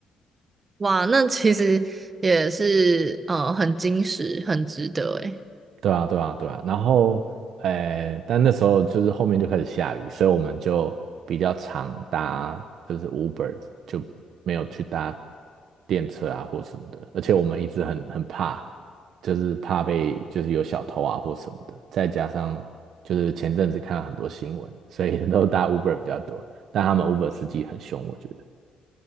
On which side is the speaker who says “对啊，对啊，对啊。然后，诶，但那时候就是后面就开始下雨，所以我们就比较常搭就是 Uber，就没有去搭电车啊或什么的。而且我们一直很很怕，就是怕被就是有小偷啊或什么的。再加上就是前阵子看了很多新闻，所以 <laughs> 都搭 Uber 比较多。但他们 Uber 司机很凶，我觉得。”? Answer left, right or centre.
Right